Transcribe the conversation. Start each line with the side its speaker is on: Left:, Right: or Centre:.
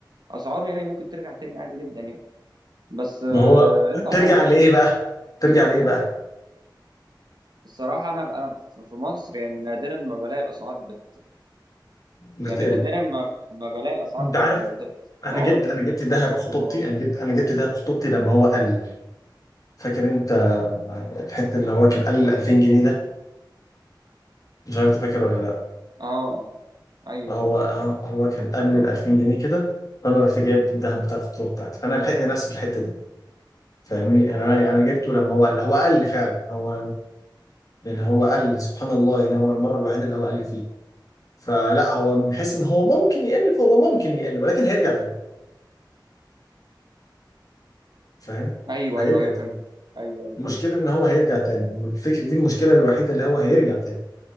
Right: اسعاره يعني ممكن ترجع تاني عادي جدا يعني بس آه،
Left: ما هو
Right: انت وحظك
Left: ترجع لايه
Right: فاهم
Left: بقى ترجع لايه بقى
Right: الصراحه انا انا في في مصر يعني نادرا ما بلاقي الاسعار بت
Left: بتقل
Right: يعني نادرا ما ما بلاقي الاسعار
Left: انت
Right: ب-
Left: عارف
Right: بترخص
Left: انا
Right: انا
Left: جبت
Right: عمري تقريباً
Left: انا جبت دهب
Right: ما شفت
Left: خطوبتي
Right: الموضوع ده
Left: انا جبت انا جبت دهب خطوبتي لما هو قال لي فاكر انت الحته اللي هو كان قال لي ال 2000 جنيه ده مش عارف انت فاكر ولا لا
Right: اه اه ايوه
Left: هو
Right: ايوه
Left: هو كان قال لي ال 2000 جنيه كده فانا رحت جايب الدهب بتاع الخطوبه بتاعتي فانا لحقت نفسي في الحته دي فاهمني يعني انا انا جبته لما هو قال هو قال لي فعلا هو يعني هو قل سبحان الله يعني هو المرة الوحيدة اللي هو قل فيه فلا هو من حيث ان هو ممكن يقل فهو ممكن يقل ولكن هيرجع تاني فاهم
Right: ايوه
Left: هيرجع
Right: ايوه ايوه فهمت
Left: تاني
Right: ايوه ايوه
Left: المشكلة
Right: فهمت
Left: ان هو هيرجع تاني الفكرة دي المشكلة الوحيدة اللي هو هيرجع تاني